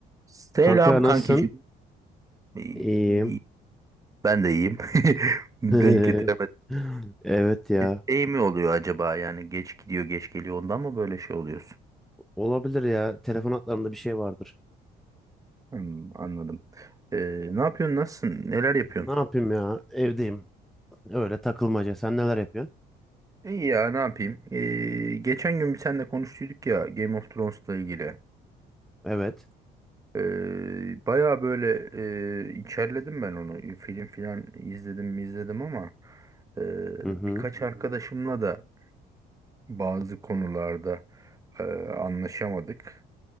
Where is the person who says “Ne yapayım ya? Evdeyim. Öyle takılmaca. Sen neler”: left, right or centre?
Centre